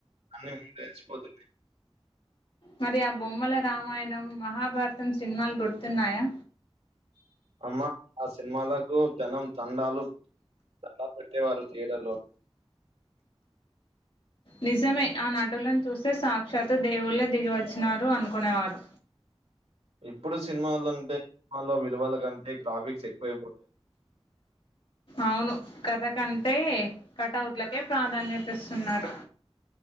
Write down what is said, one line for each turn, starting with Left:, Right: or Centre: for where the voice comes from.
Right: అన్నిీ ము నేలిచిపోతుంది
Left: మరి ఆ బొమ్మల రామాయణం మహాభారతం సినిమాలు గుర్తున్నాయా
Right: అమ్మ ఆ సినిమాలకు జనం తండాలు తడా పెట్టేవారు థియేటర్ లో
Left: నిజమే ఆ నటులను చూస్తే సాక్షాత్ దేవుళ్లే దిగి వచ్చినారు అనుకునేవారు
Right: ఇప్పుడు సినిమాలు అంటే విలువల కంటే గ్రాఫిక్స్క్కువ
Left: ఆవును కథ కంటే కటౌట్లకే ప్రాధాన్యత ఇస్తున్నారు